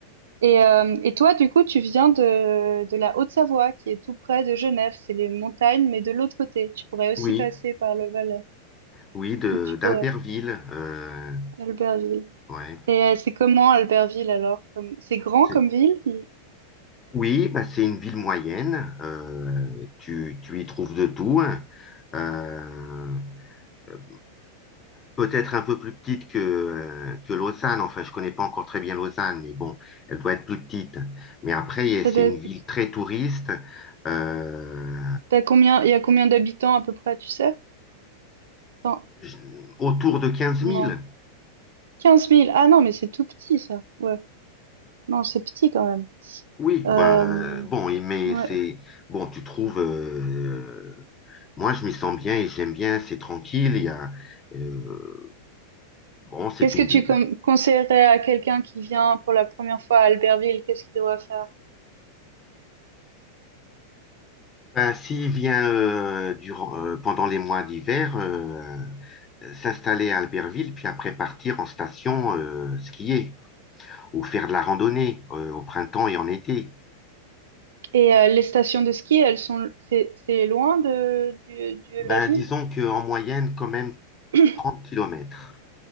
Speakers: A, on the right; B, on the left.
A: Et, euh, et toi, du coup, tu viens de, de la Haute-Savoie, qui est tout près de Genève, c'est les montagnes, mais de l'autre côté. Tu pourrais aussi
B: Oui,
A: passer par le Valais.
B: oui, de
A: Tu pourrais,
B: d'Albertville. euh,
A: Albertville.
B: ouais.
A: Et euh, c'est comment Albertville alors? Comme... C'est grand
B: C'est-
A: comme ville? Il-
B: Oui, bah, c'est une ville moyenne. euh, tu, tu y trouves de tout. hein. Euh, euh, peut-être un peu plus petite que, euh, que Lausanne. Enfin, je connais pas encore très bien Lausanne, mais bon, elle doit être plus petite. Mais après, eh,
A: Ça
B: c'est
A: doit
B: une
A: être-
B: ville très touriste. euh,
A: T'as combien... Il y a combien d'habitants à peu près, tu sais? Non.
B: je- autour de 15
A: Non.
B: 000.
A: 15 000. Ah non, mais c'est tout petit ça. Ouais. Non, c'est petit quand même.
B: Oui,
A: Euh,
B: ben, bon, et- mais
A: ouais,
B: c'est bon, tu trouves. euh, moi, je m'y sens bien et j'aime bien. C'est tranquille. Il y a, euh, bon, c'est
A: Qu'est-ce
B: une
A: que tu
B: ville.
A: com- conseillerais à quelqu'un qui vient pour la première fois à Albertville? Qu'est-ce qu'il doit faire?
B: Ben, s'il vient euh, durant, euh, pendant les mois d'hiver, euh, euh, s'installer à Albertville, puis après partir en station euh, skier ou faire de la randonnée euh, au printemps et en été.
A: Et euh, les stations de ski, elles sont, c'est c'est loin de, du- de
B: Ben,
A: la ville?
B: disons qu'en moyenne, quand même
A: <coughs>
B: 30 kilomètres.